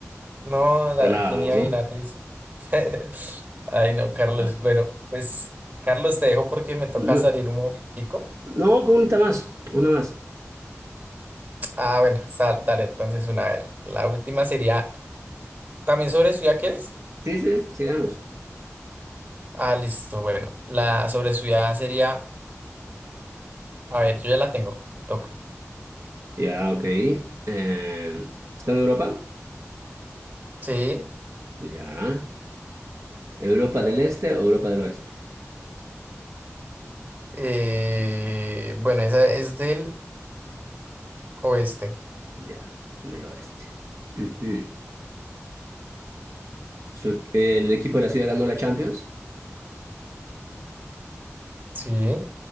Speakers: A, on the right (about 40°); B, on the right (about 65°).
A: no, la,
B: Sonábamos,
A: ¿quién iba a
B: ¿no?
A: adivinar eso? <laughs> Ay, no, Carlos.
B: Ah,
A: Bueno, pues, Carlos, te dejo porque me toca
B: No,
A: salir un momentico.
B: no, pues, una más, una más.
A: Ah, bueno, saltaré entonces una vez. La última sería, ¿también sobre ciudad quieres?
B: Sí, sí, sigamos.
A: Ah, listo, bueno, la sobre ciudad sería... A ver, yo ya la tengo, te toca.
B: Ya, ok. Eh, ¿está en Europa?
A: Sí,
B: Ya. ¿Europa del Este o Europa del Oeste?
A: eh, bueno, esa es del oeste.
B: Ya, del Oeste. Ujú. Su- ¿El equipo de la ciudad ganó la Champions?
A: Sí,